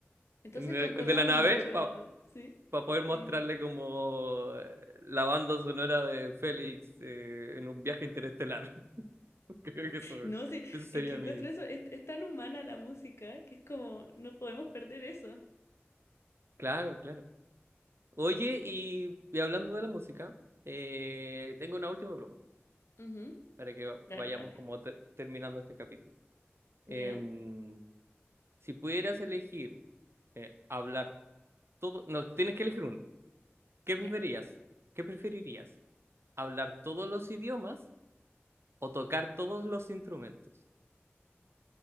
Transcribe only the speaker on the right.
En el-
el de la nave,
para
poder mostrarle
como eh, la banda sonora de Félix eh, en un viaje interestelar. <laughs> Creo que eso,
eso sería
mi...
Claro, claro. Oye, y, y hablando de la música, eh, tengo una última pregunta
para que va-
vayamos
como te- terminando este capítulo.
Em, si pudieras elegir eh, hablar todo, no, tienes que elegir uno. ¿Qué
preferías? ¿Qué preferirías? ¿Hablar todos los idiomas o tocar todos los instrumentos?